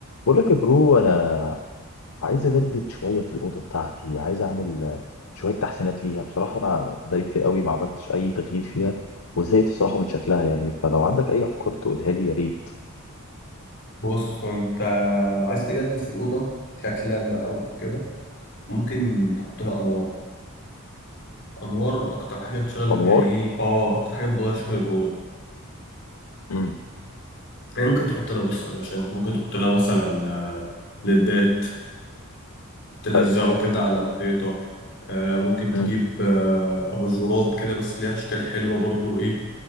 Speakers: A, on the left; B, on the left.
A: بقول لك يا برو انا عايز اجدد شويه في الاوضه بتاعتي عايز اعمل آه، شويه تحسينات ليها بصراحه انا بقالي كتير قوي ما عملتش اي تغيير فيها وزهقت بصراحه من شكلها يعني فلو عندك اي افكار تقولها لي يا ريت
B: بص انت لو عايز تجدد في الأوضة شكلا بقى وكده ممكن تحط لها أنوار أنوار أكتر حاجة بتشغل
A: انوار
B: يعني إيه آه أكتر حاجة بتغير شكل الأوضة
A: امم
B: يعني ممكن تحط لها بص يا باشا انت ممكن تحط لها مثلا آه، ليدات تلزقه
A: حلو
B: كده على الحيطة آه، ممكن تجيب
A: امم
B: آه، أباجورات كده بس ليها أشكال حلوة برضو إيه